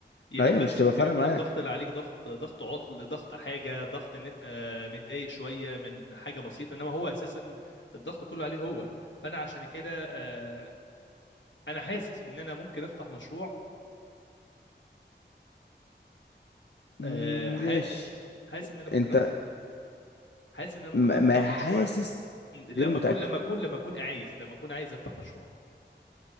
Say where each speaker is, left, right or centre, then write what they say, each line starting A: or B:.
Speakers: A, on the left; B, on the left.
A: يا
B: ايوه
A: دوب بس
B: مش تبقى
A: ممكن
B: فارقه
A: يكون
B: معاك
A: الضغط اللي عليك ضغط ضغط عطل ضغط حاجة ضغط ان انت آه، متضايق شوية من حاجة بسيطة انما هو اساسا الضغط كله عليه هو فانا عشان كده آه، انا حاسس ان انا ممكن افتح مشروع
B: مم،
A: آه، حاسس
B: ماشي
A: حاسس ان انا ممكن
B: انت
A: افتح حاسس ان انا ممكن
B: ما
A: افتح
B: ما
A: مشروع
B: حاسس
A: يمكن- لما
B: غير متاكد
A: اكون لما اكون لما اكون عايز لما اكون عايز افتح مشروع